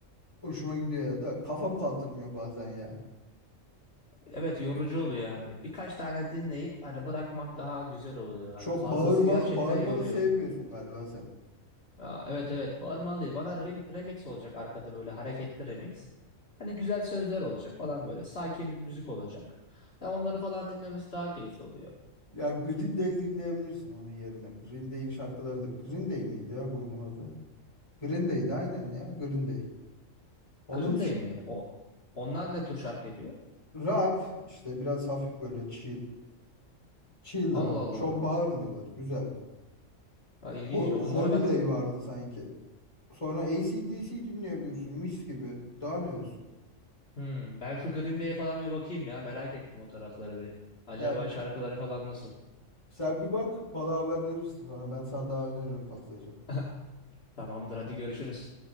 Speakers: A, on the left; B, on the left.
A: Hoşuma gidiyor ya da kafam kaldırmıyor bazen ya.
B: Evet yorucu oluyor hani. Birkaç tane dinleyip hani bırakmak daha güzel oluyor.
A: Çok
B: Hani fazlası
A: bağırmalı,
B: gerçekten
A: bağırmalı
B: yoruyor.
A: sevmiyorsun galiba sen.
B: Aa, evet evet bağırmalı değil. Bana rem- remix olacak arkada böyle hareketli remix. Hani güzel sözler olacak falan böyle. Sakin bir müzik olacak. Ya onları falan dinlemesi daha keyifli oluyor.
A: Ya Green Day dinleyebilirsin onun yerine. Green Day'in şarkıları da Green Day miydi ya grubun adı? Green Day'di aynen ya Green Day. Onun
B: Green
A: ş-
B: Day mi? O, onlar ne tür şarkı yapıyor?
A: rock işte biraz hafif böyle chill. Chill
B: Allah
A: rock.
B: Allah.
A: Çok bağırmıyorlar. Güzel.
B: Ya, ilginç.
A: Ho-
B: Onlara
A: Holiday
B: ben
A: vardı sanki. Sonra AC/DC dinleyebiliyorsun mis gibi. Daha ne olsun?
B: Hmm, ben şu Green Day'e falan bir bakayım ya. Merak ettim o tarafları bir. Acaba
A: Ya
B: şarkıları falan nasıl?
A: sen bir bak bana haber verirsin sonra ben sana daha öneririm fazlaca.
B: <laughs> Tamamdır hadi görüşürüz.